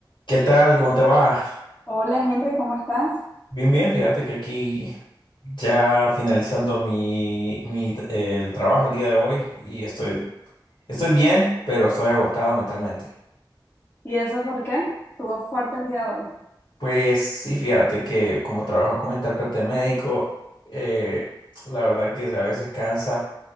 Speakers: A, on the left; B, on the left.
A: ¿Qué tal? ¿Cómo te va?
B: Hola Henry, ¿cómo estás?
A: Bien, bien, fíjate que aquí ya finalizando mi, mi t- el trabajo el día de hoy y estoy, estoy bien, pero estoy agotado mentalmente.
B: ¿Y eso por qué? Estuvo fuerte el día de hoy.
A: Pues sí, fíjate que como trabajo como intérprete médico, eh, la verdad que a veces cansa